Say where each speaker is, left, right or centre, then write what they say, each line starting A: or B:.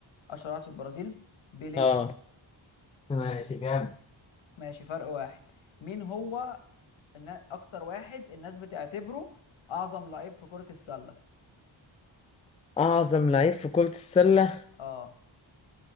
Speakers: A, on the left; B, on the left.
A: اشهر واحد في البرازيل بيليه
B: اه ماشي جامد
A: ماشي فرق واحد مين هو ان اكتر واحد الناس بتعتبره اعظم لعيب في كرة السلة
B: أعظم لعيب في كرة السلة
A: اه